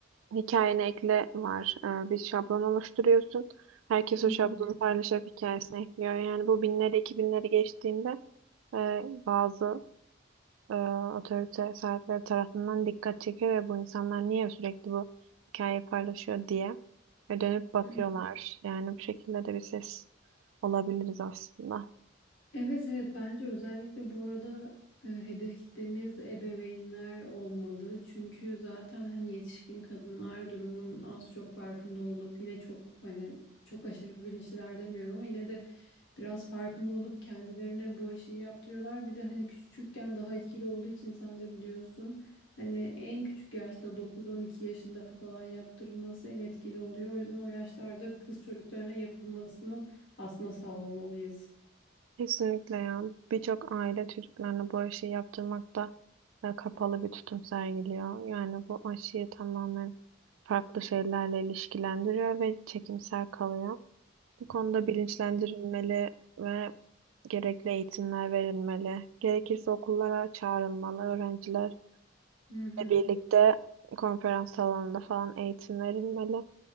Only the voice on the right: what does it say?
Hikayene ekle var. Ee, bir şablon oluşturuyorsun. Herkes
o şablonu paylaşarak hikayesine ekliyor. Yani bu binleri, iki binleri geçtiğinde e, bazı e, otorite sahipleri tarafından dikkat çekiyor ve bu insanlar niye sürekli bu hikayeyi paylaşıyor diye ve dönüp bakıyorlar.
Yani bu şekilde de bir ses olabiliriz aslında.
Kesinlikle ya. Birçok aile çocuklarına bu aşıyı yaptırmakta e, kapalı bir tutum sergiliyor. Yani bu aşıyı tamamen farklı şeylerle ilişkilendiriyor ve çekimsel kalıyor. Bu konuda bilinçlendirilmeli ve gerekli eğitimler verilmeli. Gerekirse okullara çağrılmalı. Öğrencilerle
birlikte konferans salonunda falan eğitim verilmeli